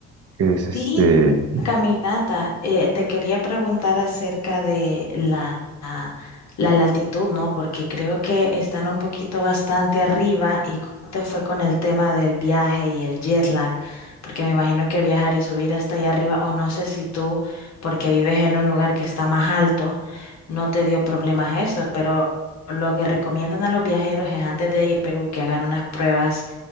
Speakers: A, on the right; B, on the left.
A: que es este,
B: Sí, caminata. Eh, te quería preguntar acerca de la, la latitud, ¿no? Porque creo que están un poquito bastante arriba y cómo te fue con el tema del viaje y el jet lag, porque me imagino que viajar y subir hasta allá arriba, o no sé si tú, porque vives en un lugar que está más alto, no te dio problemas esto, pero lo que recomiendan a los viajeros es antes de ir a Perú que hagan unas pruebas,